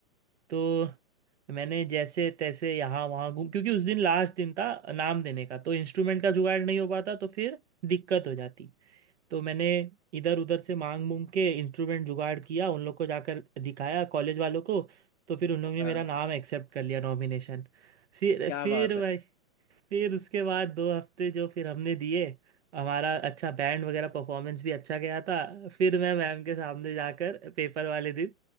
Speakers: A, on the right; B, on the left.
A: तो मैंने जैसे तैसे यहाँ वहाँ घूम क्योंकि उस दिन लास्ट दिन था नाम देने का तो इंस्ट्रूमेंट का जुगाड़ नहीं हो पाता तो फिर दिक्कत हो जाती तो मैंने इधर उधर से मांग मूंग के इंस्ट्रूमेंट जुगाड़ किया उन लोग को जाकर दिखाया कॉलेज वालों को तो फिर उन लोग ने
B: हाँ
A: मेरा नाम एक्सेप्ट कर लिया नॉमिनेशन फिर
B: क्या
A: फिर
B: बात
A: भाई फिर उसके बाद दो हफ्ते जो फिर हमने दिए हमारा अच्छा बैंड वगैरह परफॉर्मेंस भी अच्छा गया था फिर मैं मैम के सामने जाकर पेपर वाले दिन